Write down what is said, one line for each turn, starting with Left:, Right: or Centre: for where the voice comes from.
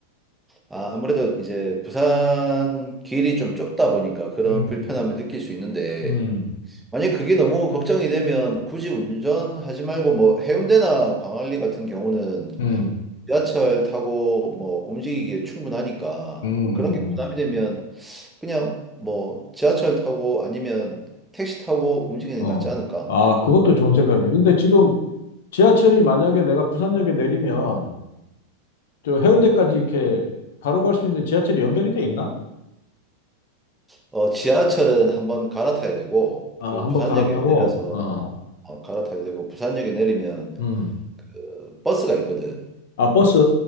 Centre: 아, 아무래도 이제 부산 길이 좀 좁다 보니까 그런
Left: 음.
Centre: 불편함을 느낄 수 있는데,
Left: 음,
Centre: 만약 그게 너무 걱정이 되면 굳이 운전하지 말고 뭐 해운대나 광안리 같은 경우는
Left: 음,
Centre: 지하철 타고 뭐 움직이기에 충분하니까
Left: 음, 음,
Centre: 그런 게 부담이
Left: 음.
Centre: 되면 그냥 뭐 지하철 타고 아니면 택시 타고 움직이는
Left: 어.
Centre: 게 낫지 않을까?
Left: 아, 그것도 좋은 생각이네. 근데 지금 지하철이 만약에 내가 부산역에 내리면 저 해운대까지 이렇게 바로 갈 수 있는데 지하철이 연결이 돼 있나?
Centre: 어, 지하철은 한번 갈아타야 되고,
Left: 아,
Centre: 그
Left: 한번
Centre: 부산역에
Left: 갈아타고.
Centre: 내려서
Left: 어.
Centre: 어, 갈아타야 되고, 부산역에 내리면
Left: 음.
Centre: 그 버스가 있거든.
Left: 아, 버스.